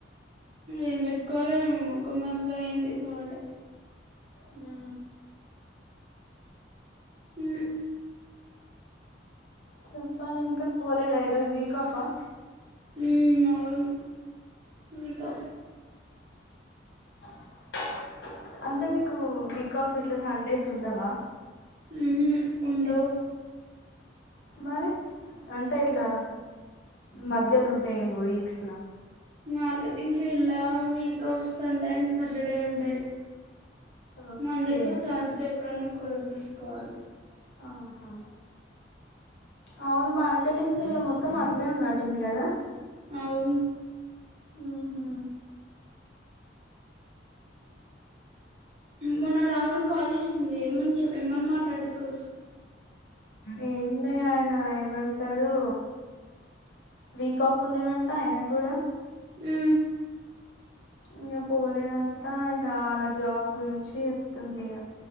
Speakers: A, on the right; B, on the left.
A: ఏం పెట్టుకోవాలి ముఖం <unintelligible> అయింది వాడ
B: హు
A: హు
B: చెప్పాలి ఇంక పోలేద ఐరోజు వీక్ ఆఫా
A: మ్మ్ అవును వీక్ ఆఫ్
B: <inaudible> అంటే మీకు వీక్ ఆఫ్ ఇట్ల సండేస్ ఉండవా
A: హు హు వుండవ్
B: మరి అంటే ఇట్ల మధ్యలో ఉంటాయేమో వీక్స్ల
A: మార్కెటింగ్ ఫీల్డ్ ల week off Sunday and Saturday ఉంటాయి
B: ఓకే
A: మండే టు థర్స్డే ఎప్పుడన్నా కుర తీసుకోవాలి
B: ఆహా అవును మార్కెటింగ్ ఫీల్డ్ లో మొత్తం అట్లే ఉన్నట్టుంది కదా
A: అవును
B: హు హు
A: మన్న రాహుల్ <unintelligible> <unintelligible> ఏమన్ మాట్లాడుకో
B: ఏమిలే ఆయన ఏమంటడు వీక్ ఆఫ్ ఉండేనంట ఆయనకు కూడా
A: హు
B: ఇంకా పోలేదంట ఇక అలా జాబ్ గురించి చెప్తుండు ఇగ